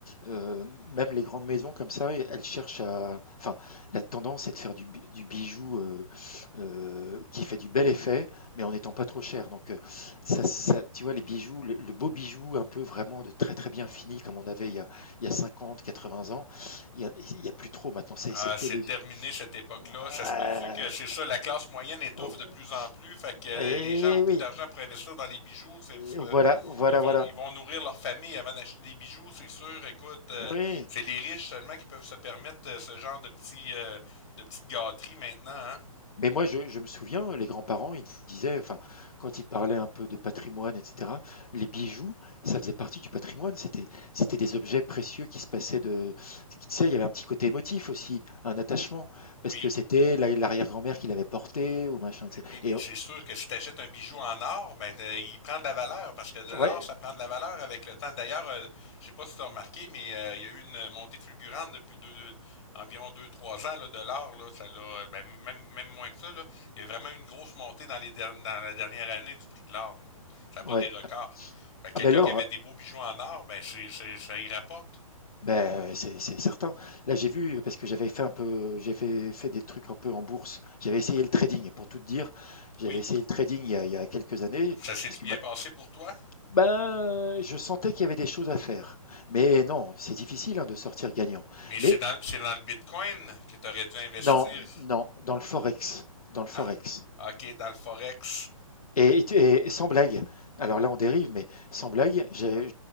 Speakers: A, on the left; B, on the left.
A: euh, même les grandes maisons comme ça, elles cherchent à... Enfin, la tendance est de faire du, bi- du bijou euh, euh, qui fait du bel effet, mais en n'étant pas trop cher. Donc, euh, ça, ça- tu vois, les bijoux, le, le beau bijou, un peu vraiment de très très bien fini, comme on avait il y a,
B: Hmm.
A: il y a 50, 80 ans, il n'y a, il y a plus trop maintenant. C'est
B: Ah,
A: c'est que
B: c'est
A: les...
B: terminé cette époque-là.
A: Ah,
B: Ça se peut-tu que c'est ça, la classe moyenne étouffe
A: oh,
B: de plus en plus, fait que
A: eh
B: les gens ont plus
A: oui,
B: d'argent pour investir dans les bijoux. c'est- c'est-
A: Et voilà,
B: ils vont ils vont nourrir leur famille avant d'acheter des bijoux, c'est sûr. Écoute, euh,
A: oui.
B: c'est les riches seulement qui peuvent se permettre euh, ce genre de petits euh, de petites gâteries maintenant, hein?
A: Mais moi, je, je me souviens, les grands-parents, ils disaient, enfin, quand ils parlaient un peu de patrimoine, etc., les bijoux, ça faisait partie du patrimoine. C'était, c'était des objets précieux qui se passaient de. Tu sais, il y avait un petit côté émotif aussi, un attachement,
B: Oui.
A: parce que c'était la- l'arrière-grand-mère qui l'avait porté ou machin,
B: Mais
A: etc.
B: oui, mais
A: Et
B: c'est
A: euh,
B: sûr que si tu achètes un bijou en or, ben t'as- il prend de la valeur parce que de l'or,
A: ouais,
B: ça prend de la valeur avec le temps. D'ailleurs, euh, je sais pas si tu as remarqué, mais euh, il y a eu une montée fulgurante depuis deux, environ deux, trois ans là, de l'or. Là, ça l'a, euh, ben, même, même moins que ça. Là, il y a vraiment eu une grosse montée dans les derni- dans la dernière année du prix de l'or. là. Ça bat
A: ouais.
B: des records. Fait que
A: Ah
B: quelqu'un
A: ben Laure,
B: qui avait des beaux bijoux en or, ben c'est, c'est, ça y rapporte.
A: Beh, c'est c'est certain. Là, j'ai vu parce que j'avais fait un peu j'avais fait des trucs un peu en bourse. J'avais essayé le trading pour tout te dire.
B: Oui,
A: J'avais essayé le trading il y a il y a quelques années
B: ça s'est
A: parce que,
B: bien
A: bah,
B: passé pour toi,
A: ben, je sentais qu'il y avait des choses à faire. Mais non, c'est difficile, hein, de sortir gagnant.
B: mais
A: Mais
B: c'est dans, c'est dans le Bitcoin que tu aurais dû investir.
A: non, non, dans le forex, dans le forex.
B: Dans, OK, dans le Forex.
A: Et, et et sans blague, alors là on dérive, mais sans blague, je,